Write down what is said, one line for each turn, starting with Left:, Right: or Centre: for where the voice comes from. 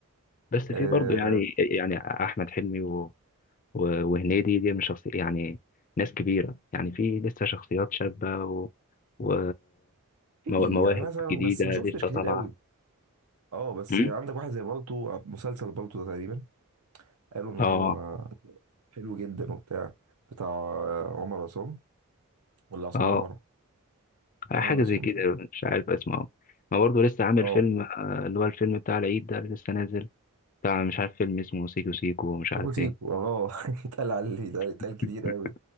Left: بس
Right: آه،
Left: في برضه يعني يعني أحمد حلمي و- وهنيدي دي من شخصي يعني ناس كبيرة يعني في لسه شخصيات شابة و... و...
Right: في
Left: مو- مواهب
Right: يعني مثلا
Left: جديدة
Right: بس ما
Left: لسه
Right: شفتش كتير
Left: طالعة
Right: قوي اه بس
Left: مم؟
Right: عندك واحد زي بالطو مسلسل بالطو ده تقريبا قالوا ان
Left: اه
Right: هو حلو جدا وبتاع بتاع عمر عصام ولا عصام
Left: اه
Right: عمر
Left: حاجة
Right: عمر عصام
Left: زي كده
Right: تقريبا
Left: مش عارف اسمه ما برضه لسه عامل
Right: اه
Left: فيلم آه، اللي هو الفيلم بتاع العيد ده اللي لسه نازل بتاع مش عارف فيلم اسمه سيكو سيكو ومش عارف
Right: سيكو سيكو
Left: ايه
Right: اه <laughs> اتقال عليه اتقال اتقال
Left: <laughs>
Right: كتير قوي